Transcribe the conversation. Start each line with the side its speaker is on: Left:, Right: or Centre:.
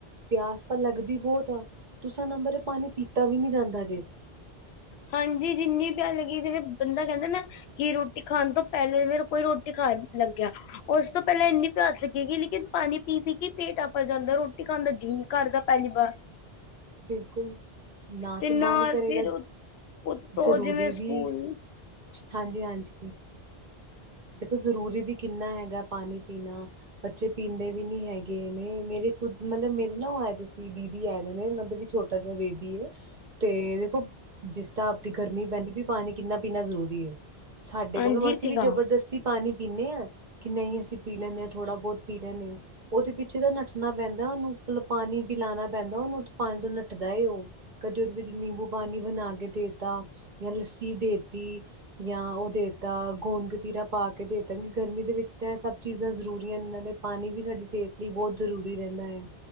Right: ਪਿਆਸ ਤਾਂ ਲੱਗਦੀ ਬਹੁਤ ਆ ਤੁਸਾ ਨੰਬਰ ਇਹ ਪਾਣੀ ਪੀਤਾ ਵੀ ਨੀ ਜਾਂਦਾ ਜੇ
Left: ਹਾਂਜੀ ਜਿੰਨੀ ਪਿਆਸ ਲੱਗੀ ਜਿਵੇਂ ਬੰਦਾ ਕਹਿੰਦਾ ਨਾ ਕਿ ਰੋਟੀ ਖਾਣ ਤੋਂ ਪਹਿਲੇ ਫੇਰ ਕੋਈ ਰੋਟੀ ਖਾਣ ਲੱਗਿਆ। ਉਸ ਤੋਂ ਪਹਿਲਾਂ ਇੰਨੀ ਪਿਆਸ ਲਗੇਗੀ ਲੇਕਿਨ ਪਾਣੀ ਪੀ- ਪੀ ਕੇ ਪੇਟ ਆਪਰ ਜਾਂਦਾ ਰੋਟੀ ਖਾਂਣਦਾ ਜੀ ਨਹੀਂ। ਕਰ ਦਾ ਪਹਿਲੀ ਵਾਰ।
Right: ਬਿਲਕੁਲ, ਨਾ
Left: ਤੇ
Right: ਤਾਂ
Left: ਨਾਲ
Right: ਮਨ ਕਰੇਗਾ।
Left: ਫਿਰ ਉਤੋਂ
Right: ਜ਼ਰੂਰ
Left: ਜਿਵੇਂ
Right: ਦੀਦੀ
Left: ਸਕੂਲ
Right: ਹਾਂਜੀ- ਹਾਂਜੀ। ਦੇਖੋ ਜ਼ਰੂਰੀ ਵੀ ਕਿੰਨਾ ਹੈਗਾ ਪਾਣੀ ਪੀਣਾ ਬੱਚੇ ਪੀਂਦੇ ਵੀ ਨਹੀ ਹੈਗੇ ਨੇ ਮੇਰੇ ਮਤਲਬ ਮੇਰੇ ਨਾ ਉਹ ਆਏ ਦੇ ਸੀ ਦੀਦੀ ਆਏ ਨੇ, ਉਹਨਾਂ ਦਾ ਵੀ ਛੋਟਾ ਜਿਹਾ ਬੇਬੀ ਏ। ਤੇ ਦੇਖੋ ਜਿਸ ਤ ਆਪਦੀ ਗਰਮੀ ਪੈਂਦੀ ਵੀ ਪਾਣੀ ਕਿੰਨਾ ਪੀਣਾ ਜ਼ਰੂਰੀ ਏ। ਸਾਡੇ
Left: ਹਾਂਜੀ
Right: ਕੋਲੋਂ ਅਸੀਂ
Left: ਠੀਕ
Right: ਵੀ ਜਬਰਦਸਤੀ
Left: ਆ
Right: ਪਾਣੀ ਪੀਂਨੇ ਆਂ, ਕਿ ਨਹੀਂ ਅਸੀਂ ਪੀ ਲੈਂਨੇ ਆਂ ਥੋੜ੍ਹਾ ਬਹੁਤ ਪੀ ਲੈਣੇ ਆ। ਉਹਦੇ ਪਿੱਛੇ ਤਾਂ ਨੱਠਣਾ ਪੈਂਦਾ ਉਨੂੰ ਮਤਲਬ ਪਾਣੀ ਪਿਲਾਉਣਾ ਪੈਂਦਾ ਉਹਨੂੰ, ਪਾਣੀ ਤੋਂ ਨਠਦਾ ਐ ਉਹ ਕਦੇ ਉਹਦੇ ਵਿੱਚ ਨਿੰਬੂ ਪਾਣੀ ਬਣਾ ਕੇ ਦੇ ਤਾ ਜਾਂ ਲੱਸੀ ਦੇਤੀ ਜਾਂ ਉਹ ਦੇਤਾ ਗੂੰਦ ਕਤੀਰਾ ਪਾ ਕੇ ਦੇ ਦਾਂਗੀ ਗਰਮੀ ਦੇ ਵਿੱਚ ਤਾਂ ਇਹ ਸਭ ਚੀਜ਼ਾਂ ਜ਼ਰੂਰੀ ਆਂਨ ਨਾਲੇ ਪਾਣੀ ਵੀ ਸਾਡੀ ਸਿਹਤ ਲਈ ਬਹੁਤ ਜ਼ਰੂਰੀ ਰਹਿੰਦਾ ਹੈ।